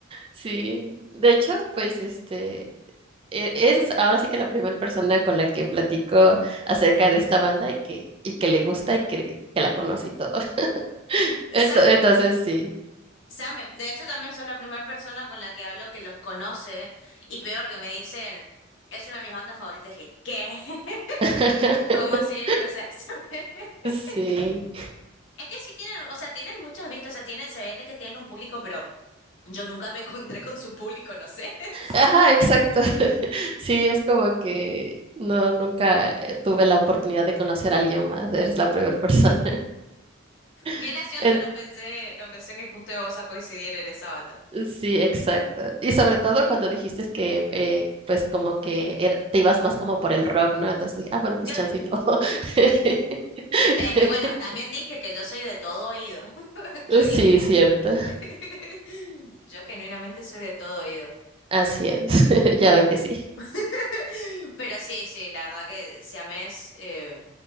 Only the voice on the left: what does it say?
Sam
Same, de hecho también sos la primera persona con la que hablo que los conoce y peor que me dicen, es una de mis bandas favoritas. Dije, ¿qué? <laughs>
¿Cómo así que conoces a Same? <laughs>
Es que sí tienen, o sea, tienen muchas vistas, o sea, tienen, se ve que tienen un público, pero yo nunca me encontré con su público, no sé. <laughs>
Qué
gracioso, no pensé, no pensé que justo vos a coincidir en esa banda.
Claro,
es que bueno, también dije que yo soy de todo oído. <laughs> Yo dije,
<laughs> yo genuinamente soy de todo oído.
<laughs> Pero sí, sí, la verdad que si siamés eh,